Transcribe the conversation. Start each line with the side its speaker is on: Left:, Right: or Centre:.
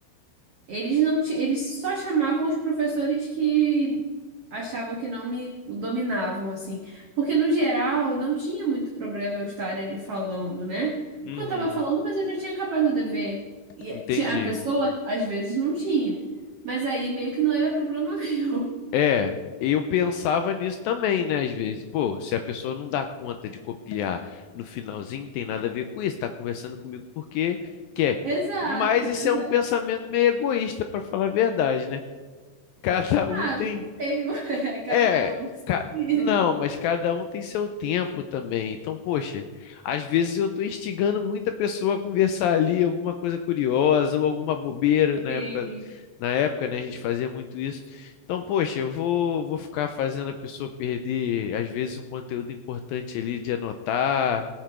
Right: eles não ti- eles só chamavam os professores que achavam que não me dominavam assim, porque no geral não tinha muito problema eu estar ali falando, né? Porque
Left: Uhum,
Right: eu tava falando, mas eu já tinha acabado o dever. E
Left: entendi.
Right: tinha- a pessoa às vezes não tinha, mas aí meio que não era problema <laughs> meu.
Left: É, eu pensava nisso também, né? Às vezes, pô, se a pessoa não dá conta de copiar no finalzinho, tem nada a ver com isso, tá conversando comigo porque quer.
Right: Exato,
Left: Mas isso
Right: exato.
Left: é um pensamento meio egoísta, para falar a verdade, né? <laughs> Cada
Right: Ah,
Left: um tem
Right: não sei, <laughs> cada
Left: é,
Right: um que se
Left: ca-
Right: vire.
Left: não, mas cada um tem seu tempo também. Então, poxa, às vezes eu tô instigando muita pessoa a conversar ali alguma coisa curiosa ou alguma bobeira na
Right: Sim.
Left: época, na época, né, a gente fazia muito isso. Então, poxa, eu vou, vou ficar fazendo a pessoa perder, às vezes, um conteúdo importante ali de anotar